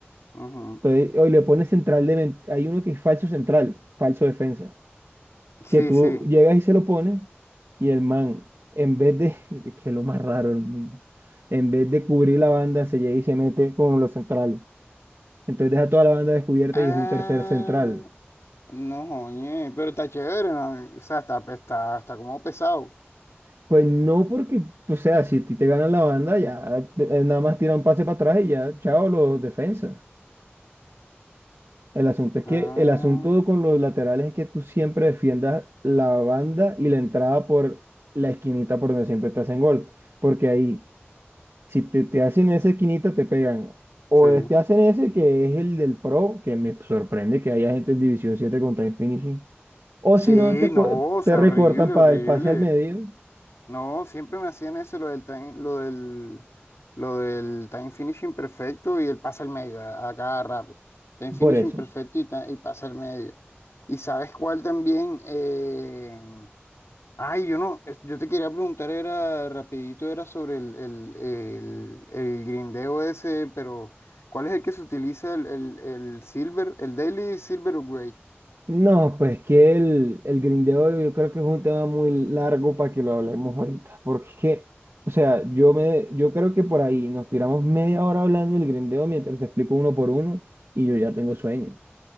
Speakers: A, on the left; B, on the right.
A: ujú.
B: Entonces, hoy le pones central de... ven- Hay uno que es falso central, falso defensa,
A: Sí,
B: que tú
A: sí.
B: llegas y se lo pones y el man, en vez de... <laughs> que es lo más raro del mundo, en vez de cubrir la banda, se llega y se mete con los centrales. Entonces deja toda la banda descubierta
A: Ah,
B: y es un tercer central.
A: no, joñe, pero está chévere, ¿no? O sea, está, pe- está, está como pesado.
B: Pues no porque, o sea, si a ti te ganan la banda, ya eh, nada más tiran pase para atrás y ya, chao, los defensas. El asunto es que
A: Ah,
B: el asunto con los laterales es que tú siempre defiendas la banda y la entrada por la esquinita por donde siempre te hacen gol. Porque ahí, si te, te hacen esa esquinita, te pegan. O
A: sí.
B: es- te hacen ese que es el del pro, que me sorprende que haya gente en División siete con time finishing. O
A: Sí,
B: si no, te,
A: no,
B: co-
A: o sea,
B: te recortan
A: horrible,
B: para
A: horrible.
B: el pase al medio.
A: No, siempre me hacían eso, lo del time, lo del, lo del time finishing perfecto y el pase al medio a, a cada rato. Time finishing
B: Por eso.
A: perfecto y, ta- y pase al medio. ¿Y sabes cuál también? Eh, Ay, yo no, es- yo te quería preguntar, era rapidito, era sobre el, el, el, el grindeo ese, pero ¿cuál es el que se utiliza el, el, el Silver, el Daily Silver Upgrade?
B: No, pues que el, el grindeo yo creo que es un tema muy largo para que lo hablemos ahorita, porque es que, o sea, yo me, yo creo que por ahí nos tiramos media hora hablando del grindeo mientras te explico uno por uno y yo ya tengo sueño.